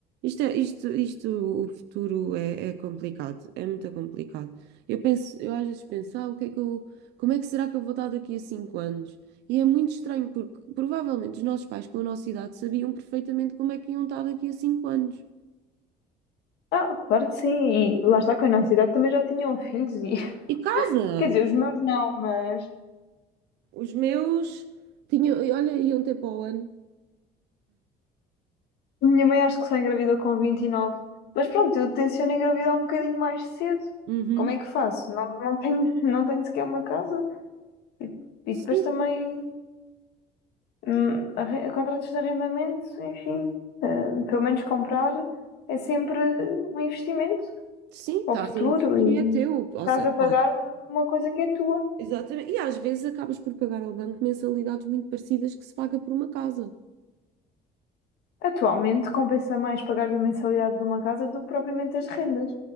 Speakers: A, on the right; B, on the left.
A: Isto, é- isto, isto, o futuro é, é complicado, é muito complicado. Eu penso, eu às vezes penso, ah, o que é que eu, como é que será que eu vou estar daqui a cinco anos? E é muito estranho porque provavelmente os nossos pais com a nossa idade sabiam perfeitamente como é que iam estar daqui a cinco anos.
B: Ah, claro que sim. E lá está, com a nossa idade também já tinham filhos. E... <laughs>
A: E casa!
B: Quer dizer, os meus não, mas
A: Os meus tinham, olha, iam ter para o ano.
B: Minha mãe acho que só engravidou com 29, Mas pronto, eu tenciono engravidar um bocadinho mais cedo.
A: Uhum.
B: Como é que faço? Não, não tenho, não tenho sequer uma casa. E, e
A: Sim,
B: depois também
A: sim,
B: hum, arre- contratos de arrendamento, enfim. eh, pelo menos comprar é sempre um investimento
A: sim, estás
B: para o futuro
A: a investir
B: e
A: e é teu. Ou
B: estás
A: seja,
B: a pagar
A: pá,
B: uma coisa que é tua.
A: Exatamente. E às vezes acabas por pagar ao banco mensalidades muito parecidas que se paga por uma casa.
B: Atualmente compensa mais pagar a mensalidade de uma casa do que propriamente as rendas.